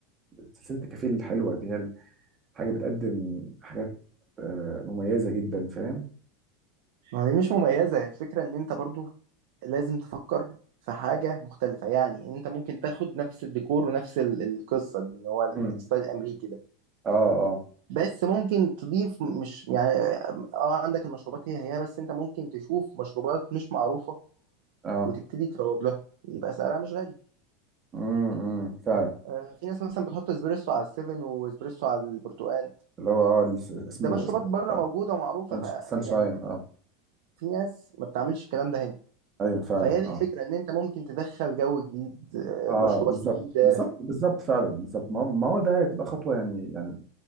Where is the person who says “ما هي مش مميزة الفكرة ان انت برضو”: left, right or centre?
Right